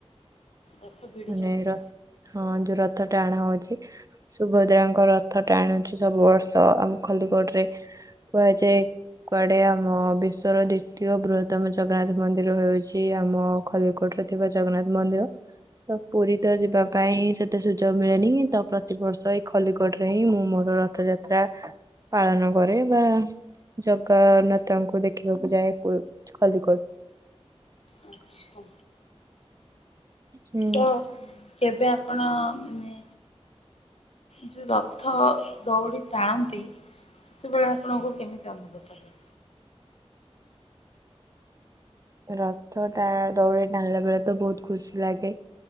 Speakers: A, on the left; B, on the right.
A: ରଥ ପିଡିଛନ୍ତି?
B: ମାନେ ର ହଁ ଯୋଉ ରଥ ଟାଣା ହଉଛି ସୁଭଦ୍ରାଙ୍କ ରଥ ଟାଣୁଛି ସବୁ ବର୍ଷ ଆମ ଖଲିକୋଟ କୁହାଯାଏ କୁଆଡେ ଆମ ବିଶ୍ଵର ଦ୍ଵିତୀୟ ବୃହତ ତମ ଜଗନ୍ନାଥ ମନ୍ଦିର ହେଉଛି ଆମ ଖଲିକୋଟରେ ଥିବା ଜଗନ୍ନାଥ ମନ୍ଦିର। ତ ପୁରୀ ତ ଯିବା ପାଇଁ ସେତେ ସୁଯୋଗ ମିଳେନି ତ ପ୍ରତିବର୍ଷ ଏଇ ଖଲିକୋଟ ହିଁ ମୁଁ ମୋର ରଥଯାତ୍ରା ପାଳନ କରେ ବା ଜଗନ୍ନାଥଙ୍କୁ ଦେଖିବାକୁ ଯାଏ ପ ଖଲ୍ଲିକୋଟ।
A: ଆଚ୍ଛା।
B: ହୁଁ
A: ତ କେବେ ଆପଣ ମାନେ ଯେଉଁ ରଥ ଦୌଡ଼ି ଟାଣନ୍ତି। ସେତେବେଳେ ଆପଣଙ୍କୁ କେମିତି ଅନୁଭୂତ ହୁଏ?
B: ରଥ ଟା ଦୌଡି ଟାଣିଲା ବେଳେ ତ ବହୁତ ଖୁସି ଲାଗେ।